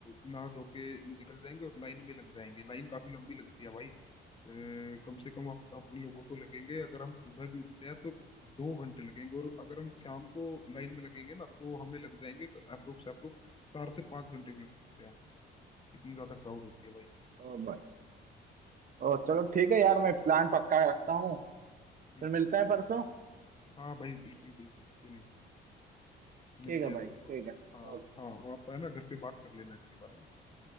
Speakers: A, on the left; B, on the right.
A: नहा धो के निकल जाएंगे और लाइन में लग जाएंगे लाइन काफी लंबी लगती है भाई अ, कम से कम आप, आप लोगों को लगेंगे अगर हम सुबह भी उठते हैं तो दो घंटे लगेंगे और अगर हम शाम को लाइन में लगेंगे ना तो हमें लग जाएंगे अप्रोक्स अप्रोक्स चार से पांच घंटे भी लग सकते हैं इतनी ज्यादा क्राउड होती है भाई
B: ओ भाई ओ चलो ठीक है यार मैं प्लान पक्का रखता हूँ फिर
A: हम्म
B: मिलते हैं परसों
A: हाँ भाई बिल्कुल बिल्कुल क्यों नहीं मिलते
B: ठीक है
A: हैं
B: भाई
A: चलो
B: ठीक
A: परसों
B: है
A: हाँ
B: ओके
A: हाँ आप है ना घर पे बात कर लेना इसके बारे में